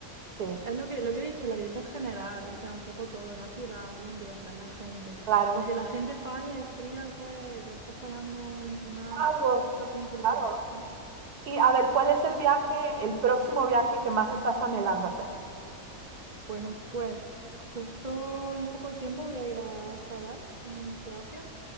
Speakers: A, on the right; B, on the right.
A: sí,
B: Es lo que, lo que he dicho, la vibra general, o sea, un poco todo, la ciudad, el ambiente, la gente.
A: claro.
B: Y si la gente falla, es fría, pues ya está fallando un- una
A: Algo,
B: parte importante,
A: claro.
B: sí.
A: Y a ver, ¿cuál es el viaje, el próximo viaje que más estás anhelando hacer?
B: Bueno, pues justo en poco tiempo voy a ir a Zadar, en Croacia,